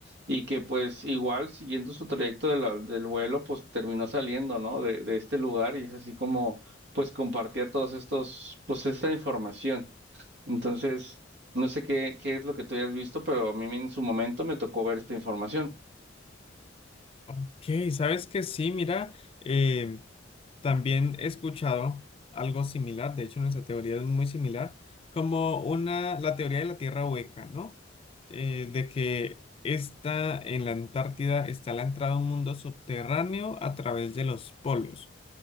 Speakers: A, on the right (about 65°); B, on the left (about 30°).
A: Y que pues igual siguiendo su trayecto de la- del vuelo, pues terminó saliendo, ¿no? De, de este lugar y es así como pues compartía todos estos, pues esta información. Entonces, no sé qué, qué es lo que tú hayas visto, pero a mí en su momento me tocó ver esta información.
B: Ok, sabes que sí, mira, em, También he escuchado algo similar, de hecho nuestra teoría es muy similar, como una, la teoría de la Tierra hueca, ¿no? Eh, de que está en la Antártida, está la entrada a un mundo subterráneo a través de los polos.